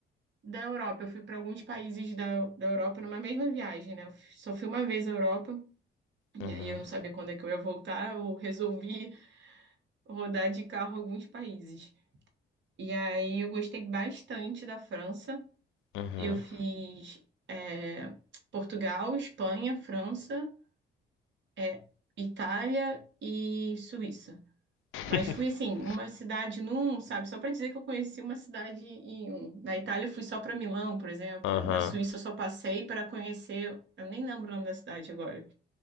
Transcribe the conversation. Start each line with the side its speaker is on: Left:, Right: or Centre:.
Right: da Europa. Eu fui para alguns países da, da Europa numa mesma viagem, né? Eu só fui uma vez à Europa, e
Left: Uhum,
Right: aí eu não sabia quando é que eu ia voltar, eu resolvi rodar de carro alguns países. E aí eu gostei bastante da França.
Left: uhum.
Right: Eu fiz, é, Portugal, Espanha, França. é Itália e Suíça.
Left: <laughs>
Right: Mas fui assim, uma cidade num, sabe? Só para dizer que eu conheci uma cidade em um. Na Itália eu fui só para Milão, por exemplo.
Left: Aham.
Right: Na Suíça eu só passei para conhecer. Eu nem lembro o nome da cidade agora.